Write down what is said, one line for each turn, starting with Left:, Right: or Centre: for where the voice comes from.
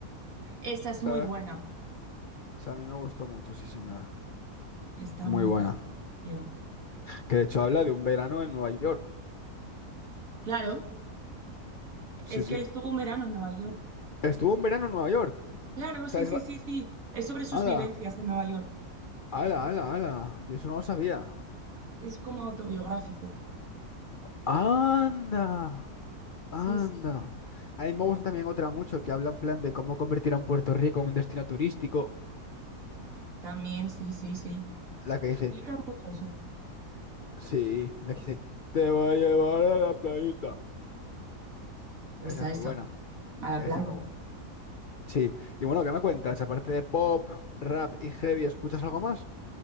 Right: Esa es
Left: O sea,
Right: muy buena,
Left: esa a mí me gustó mucho, sí, señora.
Right: está
Left: Muy
Right: muy
Left: buena.
Right: bien. Sí.
Left: Que de hecho habla de un verano en Nueva York.
Right: Claro, es
Left: Sí, sí.
Right: que él estuvo un verano en Nueva York.
Left: Estuvo un verano en Nueva York. O
Right: Claro,
Left: sea,
Right: sí,
Left: es...
Right: sí,
Left: va-
Right: sí, sí. Es sobre sus
Left: Ala,
Right: vivencias en Nueva York.
Left: ala, ala, ala. Yo eso no lo sabía.
Right: Es como autobiográfico.
Left: Anda,
Right: Sí,
Left: anda.
Right: sí.
Left: A mí me gusta también otra mucho que habla en plan de cómo convertir a un Puerto Rico en un destino turístico.
Right: También, sí, sí, sí.
Left: La que
Right: Se
Left: dice...
Right: implica mucho en su...
Left: Sí, la que dice, te voy a llevar a la playita.
Right: Esa,
Left: Esa es
Right: esa,
Left: muy buena.
Right: a la
Left: Esa
Right: playa.
Left: me gusta. Sí. Y bueno, ¿qué me cuentas? Aparte de pop, rap y heavy, ¿escuchas algo más?